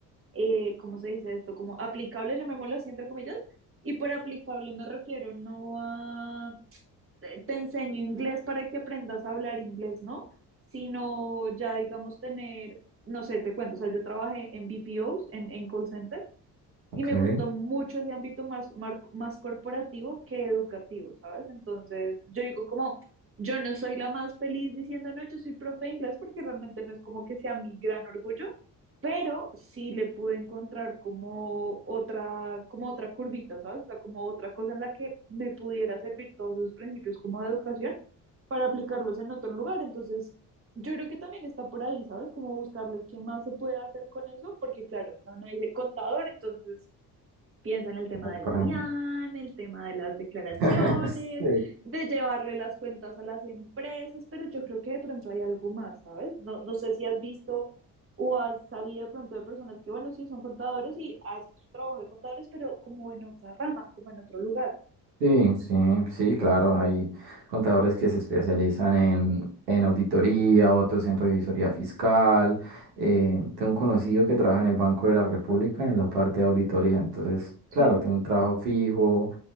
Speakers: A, on the right; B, on the right.
A: eh, ¿cómo se dice esto? Como aplicable, llamémoslo así, entre comillas, y por aplicable me refiero no a eh, te enseño inglés para que aprendas a hablar inglés, ¿no? Sino ya, digamos, tener, no sé, te cuento, o sea, yo trabajé en BPOs, en, en call centers
B: Ok.
A: y me gustó mucho ese ámbito más, mar- más corporativo que educativo, ¿sabes? Entonces, yo digo como, yo no soy la más feliz diciendo, no, yo soy profe de inglés porque realmente no es como que sea mi gran orgullo, pero sí le pude encontrar como otra, como otra curvita, ¿sabes? O sea, como otra cosa en la que me pudiera servir todos esos principios como de educación para aplicarlos en otro lugar. Entonces, yo creo que también está por ahí, ¿sabes? Como buscarle qué más se puede hacer con eso, porque claro, o sea, uno dice contador, entonces piensa en el tema
B: como
A: de
B: para-
A: la DIAN, el tema de las declaraciones,
B: <laughs> Sí.
A: de llevarle las cuentas a las empresas, pero yo creo que de pronto hay algo más, ¿sabes? No, no sé si has visto o has sabido de pronto de personas que, bueno, sí, son contadores y hacen su trabajo de contadores, pero como en otra rama, como en otro lugar.
B: Sí, sí, sí, claro, hay contadores que se especializan en, en auditoría, otros en revisoría fiscal. eh, tengo un conocido que trabaja en el Banco de la República en la parte de auditoría, entonces,
A: Sí,
B: claro, tiene un trabajo fijo,